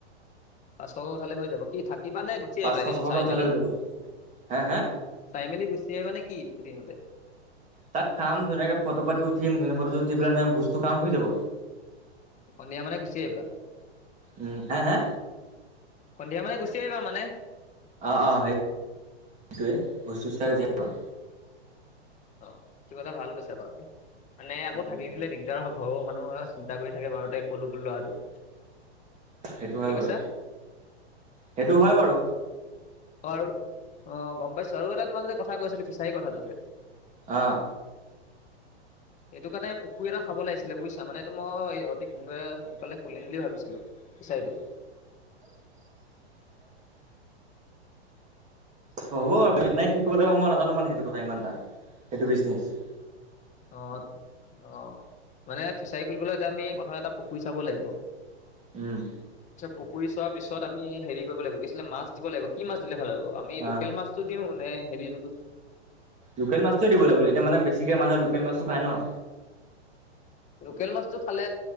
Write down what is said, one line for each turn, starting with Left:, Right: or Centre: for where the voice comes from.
Left: পাঁচশকে উঠালে হৈ যাব কি থাকিবা নে গুচি আহিবা
Right: পাঁচশ ছশকে
Left: এদিন চাই
Right: উঠালে
Left: মেলি?
Right: হৈ যাব হে হে
Left: চাই মেলি গুচি আহিবানে কি এদিনতে?
Right: তাত খাম ধুনীয়াকে ফটো পাতি উঠিম ধুনীয়া ফটো উঠি পেলাই ভোজটো খাম হৈ যাব।
Left: সন্ধিয়া মানে গুচি আহিবা
Right: উম হে হে
Left: সন্ধিয়া মানে গুচ গুচি আহিবা মানে।
Right: অ', -অ', সেই সেইটোৱে ভোজ - চুজ খাই গুচি আহিম আৰু।
Left: অহ, কিবা এটা ভাল কৈছা বাৰুতে মানে আকৌ
Right: উম
Left: থাকি দিলে দিগদাৰ হ'ব। ঘৰৰ মানুহ চিন্তা কৰি থাকে বাৰুতে ক'লো গোল ল'ৰাটো
Right: সেইটো হয়
Left: কি কৈছা
Right: বাৰু সেইটো হয় বাৰু
Left: আৰু অহ, গম পাইছো আৰু এটা তোমাক যে কথা কৈ আছিলে ফিচাৰী কথাটো যে
Right: আহ
Left: এইটো কাৰণে পুখুৰী এটা চাব লাগিছিলে বুইছা মানে এইটো মই অতি সোনকালে- সোনকালে খুলিম বুলি ভাবিছিলো। ফিছাৰিটো
Right: <inaudible> হ'ব বাৰু নাই কি কৰিব লাগিব মই নাজানো মানে সেইটো কথা ইমান এটা সেইটো বিজনেচ
Left: অহ -অহ মানে ফিচাৰী খুলিবলৈ এতিয়া আমি প্ৰথমে এটা পুখুৰী চাব লাগিব।
Right: উম
Left: পিছত পুখুৰী চোৱা পিছত আমি হেৰি কৰিব লাগিব কিআছিলে মাছ দিব লাগিব কি মাছ দিলে ভাল হ'ব আমি
Right: অ
Left: লোকেল মাছটো দিওঁ নে হেৰি জনটো
Right: লোকেল মাছটোোৱে দিব লাগিব এতিয়া মানে বেছিকে মানুহে লোকেল মাছটো খাই ন-
Left: লোকেল মাছটো খালে